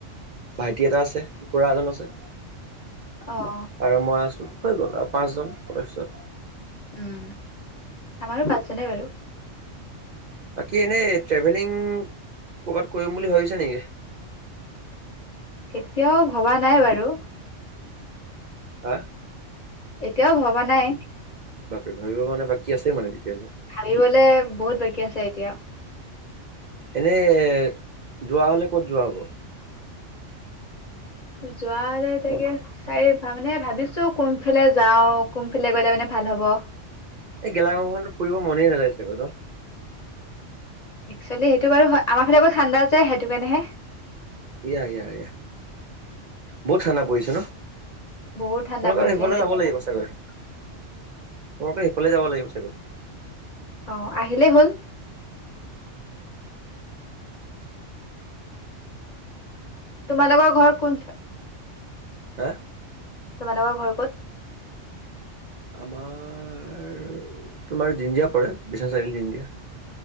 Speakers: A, on the right; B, on the left.
A: ভাইটি এটা আছে, খুৰা এজন আছে।
B: অ'।
A: আৰু মই আছোঁ, হৈ গ'ল আৰু পাঁচজন সদস্য।
B: উম, আমাৰো পাঁচজনেই বাৰু।
A: বাকী এনেই ট্ৰেভেলিং কৰবাত কৰিম বুলি ভাবিছে নেকি?
B: এতিয়াও ভবা নাই বাৰু।
A: <inaudible>
B: এতিয়াও ভবা নাই
A: বাপৰে ভাবিব কাৰণে বাকী আছেই মানে তেতিয়া হলে
B: ভাবিবলে বহুত বাকী আছে এতিয়া
A: এনেই যোৱা হ'লে ক'ত যোৱা হ'ব
B: যোৱা হলে তাকে চাৰে মানে ভাবিছো কোনফালে যাও কোনফালে গলে মানে ভাল হব
A: এই গেলা গৰমখনতো ফুৰিব মনেই নাযায় চাগৈ নহ
B: একচোৱেলি সেইটো বাৰু আমাৰ ফালে আক ঠাণ্ডা যায় সেইটো কাৰণেহে
A: ইয়া ইয়া এয়া বহুত ঠাণ্ডা পৰিছে ন
B: বহুত ঠাণ্ডা
A: তোমালোকৰ
B: পৰিছে
A: সিফালে
B: সেইটো
A: যাব
B: কাৰণে
A: লাগিব চাগৈ তোমালোকৰ সেইফালে যাব লাগিব চাগৈ
B: অ' আহিলেই হল তোমালোকৰ ঘৰ কোন
A: <inaudible>
B: তোমালোকৰ ঘৰ ক'ত
A: আমাৰ তোমাৰ জীনজিয়া পৰে বিশনাথ চাৰিআলি জীনজিয়া